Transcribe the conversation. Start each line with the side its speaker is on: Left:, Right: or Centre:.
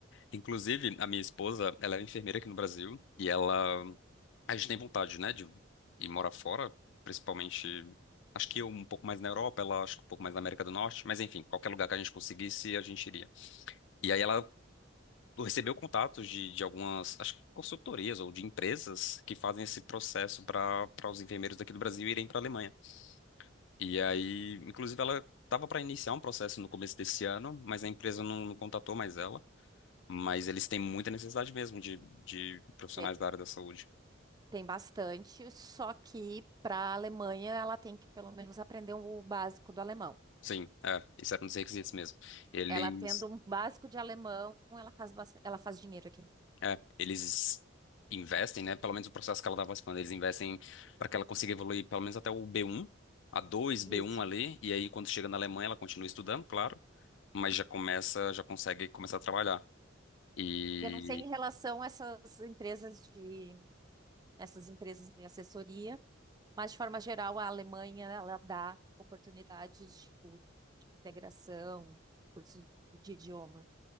Left: Inclusive, a minha esposa, ela é enfermeira aqui no Brasil e ela, a gente tem vontade, né, de ir morar fora, principalmente Acho que eu um pouco mais na Europa, ela acho que um pouco mais na América do Norte, mas enfim, qualquer lugar que a gente conseguisse, a gente iria. E aí ela recebeu contatos de, de algumas, acho que consultorias ou de empresas que fazem esse processo para para os enfermeiros daqui do Brasil irem para a Alemanha. E aí, inclusive, ela estava para iniciar um processo no começo desse ano, mas a empresa não, não contatou mais ela. Mas eles têm muita necessidade mesmo de, de profissionais
Right: Tem,
Left: da área da saúde.
Right: tem bastante, só que para a Alemanha ela tem que pelo menos aprender o básico do alemão.
Left: Sim, é, isso era um dos requisitos mesmo. Eles
Right: Ela tendo um básico de alemão, ela faz, bas- ela faz dinheiro aqui.
Left: É, eles investem, né? Pelo menos o processo que ela estava falando, eles investem para que ela consiga evoluir pelo menos até o B1, A2, B1
Right: Isso.
Left: ali, e aí quando chega na Alemanha ela continua estudando, claro, mas já começa, já consegue começar a trabalhar. E
Right: Eu não sei em relação a essas empresas de essas empresas de assessoria, mas de forma geral a Alemanha ela dá oportunidades tipo, de integração, cursos de idioma.